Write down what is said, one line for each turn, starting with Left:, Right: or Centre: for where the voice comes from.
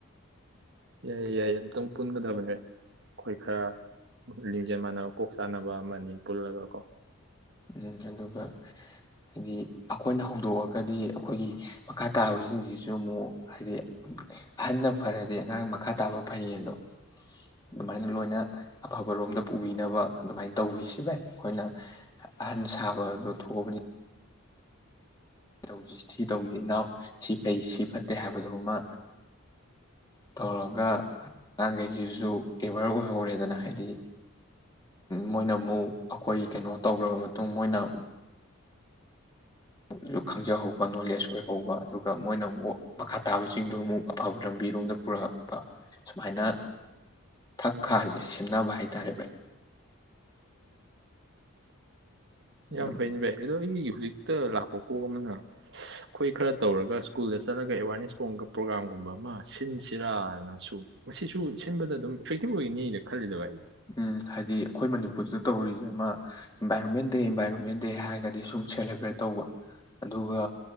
Right: ꯌꯥꯏ ꯌꯥꯏꯌꯦ ꯑꯝꯇꯪ ꯄꯨꯟꯒꯗꯕꯅꯦ ꯑꯩꯈꯣꯏ ꯈꯔ ꯂꯤꯡꯖꯦꯜ ꯃꯥꯟꯅꯕ ꯀꯣꯛ ꯆꯥꯅꯕ ꯑꯃꯅꯤ ꯄꯨꯜꯂꯒ ꯀꯣ꯫
Left: ꯎꯝ ꯑꯗꯨꯒ ꯍꯥꯏꯗꯤ ꯑꯩꯈꯣꯏꯅ ꯍꯧꯗꯣꯛꯑꯒꯗꯤ ꯑꯩꯈꯣꯏꯒꯤ ꯃꯈꯥ ꯇꯥꯕꯁꯤꯡꯁꯤꯁꯨ ꯑꯃꯨꯛ ꯍꯥꯏꯗꯤ ꯑꯍꯟꯅ ꯐꯔꯗꯤ ꯑꯉꯥꯡ ꯃꯈꯥ ꯇꯥꯕ ꯐꯩꯌꯦ ꯑꯗꯣ ꯑꯗꯨꯃꯥꯏꯅ ꯂꯣꯏꯅ ꯑꯐꯕꯔꯣꯝꯗ ꯄꯨꯕꯤꯅꯕ ꯑꯗꯨꯃꯥꯏꯅ ꯇꯧꯕꯤꯁꯤ ꯚꯥꯏ ꯑꯩꯈꯣꯏꯅ꯫ ꯑꯍꯟ ꯁꯥꯕꯗꯣ ꯊꯣꯛꯑꯕꯅꯤ꯫ ꯁꯤ ꯇꯧꯁꯤ ꯁꯤ ꯇꯧꯁꯤ ꯏꯅꯥꯎ ꯁꯤ ꯐꯩ ꯁꯤ ꯐꯠꯇꯦ ꯍꯥꯏꯕꯗꯃ ꯇꯧꯔꯒ ꯑꯉꯥꯡꯈꯩꯁꯤꯁꯨ ꯑꯦꯋꯥꯦꯔ ꯑꯣꯏꯍꯧꯔꯦꯗꯅ ꯍꯥꯏꯗꯤ ꯃꯣꯏꯅ ꯑꯃꯨꯛ꯫ ꯑꯩꯈꯣꯏ ꯀꯩꯅꯣ ꯇꯧꯈ꯭ꯔꯕ ꯃꯇꯨꯡ꯫ ꯃꯇꯨꯡ ꯃꯣꯏꯅ꯫ <unintelligible> ꯈꯪꯖꯍꯧꯕ ꯅꯣꯂꯦꯖ ꯑꯣꯏꯍꯧꯕ ꯑꯗꯨꯒ ꯃꯣꯏꯅ ꯑꯃꯨꯛ ꯃꯈꯥ ꯇꯥꯕꯁꯤꯡꯗꯣ ꯑꯃꯨꯛ ꯑꯐꯕ ꯂꯝꯕꯤꯔꯣꯝꯗ ꯄꯨꯔꯛꯄ ꯁꯨꯃꯥꯏꯅ ꯊꯛ ꯈꯥꯁꯦ ꯁꯦꯝꯅꯕ ꯍꯥꯏ ꯇꯥꯔꯦ ꯚꯥꯏ꯫ ꯑꯗꯨ
Right: ꯌꯥꯝ ꯐꯩꯅꯤ ꯚꯥꯏ ꯑꯗꯣ ꯑꯩꯒꯤ ꯍꯧꯖꯤꯛꯇ ꯂꯥꯛꯄ ꯀꯣꯛ ꯑꯃꯅ꯫ ꯑꯩꯈꯣꯏ ꯈꯔ ꯇꯧꯔꯒ ꯁ꯭ꯀꯨꯜꯗ ꯆꯠꯂꯒ ꯑꯦꯋꯥꯔꯅꯦꯁ꯫ <unintelligible> ꯄꯨ꯭ꯔꯣꯒꯥꯝꯒꯨꯝꯕꯃ꯫ ꯁꯤꯟꯁꯤꯔꯥꯅ ꯁꯨꯝ꯫ ꯃꯁꯤꯁꯨ ꯁꯤꯟꯕꯗ ꯑꯗꯨꯝ ꯏꯐꯦꯛꯇꯤꯕ ꯑꯣꯏꯒꯅꯤꯅ ꯈꯜꯂꯤꯗ ꯚꯥꯏ ꯑꯩꯗꯤ
Left: ꯎꯝ ꯍꯥꯏꯗꯤ ꯑꯩꯈꯣꯏ ꯃꯅꯤꯄꯨꫪꯁꯤꯗ ꯇꯧꯔꯤꯁꯤ ꯑꯃ ꯏꯟꯚꯥꯏꯔꯣꯟꯃꯦꯟ ꯗꯦ ꯏꯟꯚꯥꯏꯔꯣꯟꯃꯦꯟ ꯗꯦ ꯍꯥꯏꯔꯒꯗꯤ ꯁꯨꯝ ꯁꯦꯂꯦꯕ꯭ꯔꯦꯠ ꯇꯧꯕ ꯑꯗꯨꯒ꯫